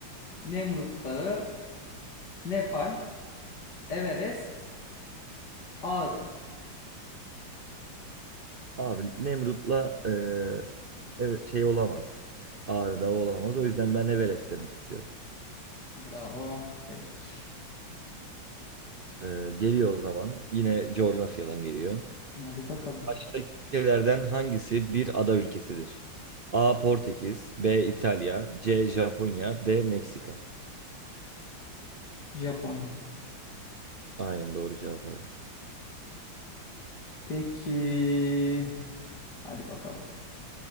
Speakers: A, on the left; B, on the right.
A: Nemrut Dağı, Nepal, Everest, Ağrı.
B: Abi Nemrut'la eee, evet, şey olamaz. Ağrı'da olamaz. O yüzden ben Everest demek istiyorum.
A: Bravo. Tebrik.
B: Eee, geliyor o zaman. Yine coğrafyadan geliyor.
A: Hadi bakalım.
B: Aşağıdaki ülkelerden hangisi bir ada ülkesidir? A. Portekiz B. İtalya C. Japonya D. Meksika
A: Japonya.
B: Aynen doğru cevap abi.
A: Peki. Hadi bakalım.